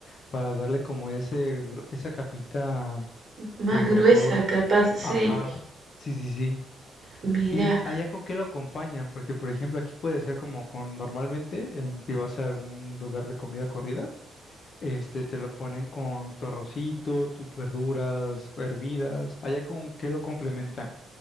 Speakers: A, on the left (about 50°); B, on the right (about 45°).
A: para darle como ese, gro- esa capita
B: Más
A: de grosor.
B: gruesa, capaz, sí.
A: Ajá, sí, sí, sí.
B: Mira,
A: ¿Y allá con qué lo acompañan? Porque, por ejemplo, aquí puede ser como con, normalmente, en, si vas a algún lugar de comida corrida. Este, te lo ponen con tu arrocito, tus verduras hervidas. Allá con qué lo complementan.